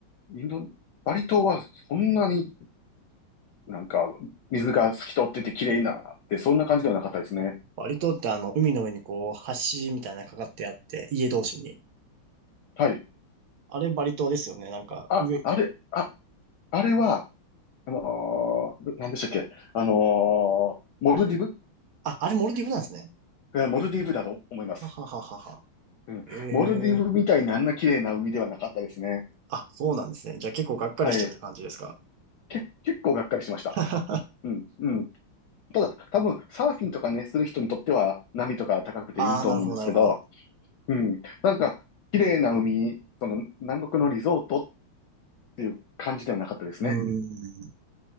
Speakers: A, on the left; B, on the right.
A: インド、バリ島はそんなになんか、水が透き通ってて綺麗なって、そんな感じではなかったですね。
B: バリ島ってあの、海の上にこう、橋みたいなのかかってあって、家同士に。
A: はい。
B: あれバリ島ですよね。なんか、
A: あ、
B: 上。
A: あれ、あ、あれは、あのー、どなんでしたっけあのー、モルディブ
B: あ、あれモルディブなんですね。
A: えーモルディブだと思います。
B: ははははは。
A: うん。
B: ええー。
A: モルディブみたいにあんな綺麗な海ではなかったですね。
B: あ、そうなんですね。じゃあ結構がっかりしちゃった感じですか。
A: はい。け、結構がっかりしました。
B: <laughs>
A: うん、うん。ただ、多分、サーフィンとかね、する人にとっては、波とか高くていいと思うんですけど、
B: ああ、なるほどなるほど。
A: うん。なんか、綺麗な海、その、南国のリゾートっていう感じではなかったですね。
B: うん。